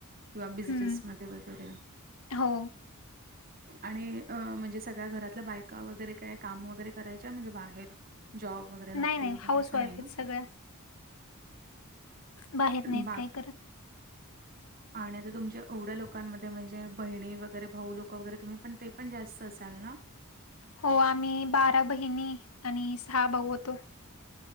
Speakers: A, on the right (about 45°); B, on the left (about 70°).
A: किंवा बिझनेस
B: हम्म
A: मध्ये वगैरे.
B: हो
A: <inaudible> <unintelligible> आणि अ म्हणजे सगळ्या घरातल्या बायका वगैरे काय काम वगैरे करायच्या म्हणजे बाहेर जॉब वगैरे नोकरी
B: नाही नाही
A: वगैरे
B: हाऊस
A: असं
B: वाईफ
A: नाही
B: आहेत
A: ना?
B: सगळ्या बाहेर नाहीत
A: बा
B: काय करत.
A: आणि आता तुमच्या एवढ्या लोकांमध्ये म्हणजे बहिणी वगैरे भाऊ लोक वगैरे तुम्ही पण ते पण जास्त असाल ना?
B: हो आम्ही बारा बहिणी आणि सहा भाऊ होतो.